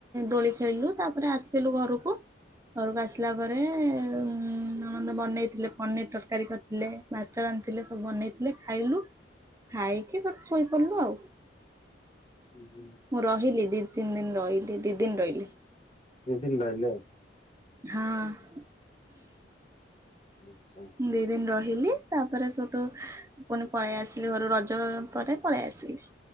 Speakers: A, on the right; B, on the left.
A: ଦୋଳି ଖେଳିଲୁ ତାପରେ ଆସିଲୁ ଘରକୁ। ଘରକୁ ଆସିଲା ପରେ ଉଁ ନଣନ୍ଦ ବନେଇଥିଲେ ପନିର ତରକାରୀ କରି ଥିଲେ ଭାତ ରାନ୍ଧିଥିଲେ ସବୁ ବନେଇଥିଲେ ଖାଇଲୁ ଖାଇକି ତାପରେ ଶୋଇପଡ଼ିଲୁ ଆଉ।
B: ହୁଁ, ହୁଁ।
A: ମୁଁ ରହିଲି ଦୁଇ ତିନି ଦିନ ରହିଲି ଦୁଇ ଦିନ ରହିଲି।
B: ଦୁଇ ଦିନ ରହିଲେ?
A: ହଁ।
B: ଆଚ୍ଛା।
A: ଦୁଇ ଦିନ ରହିଲି ତାପରେ ସେଠୁ ପୁଣି ପଳେଇ ଆସିଲି ଘରୁ ରଜ ପରେ ପଳେଇ ଆସିଲି।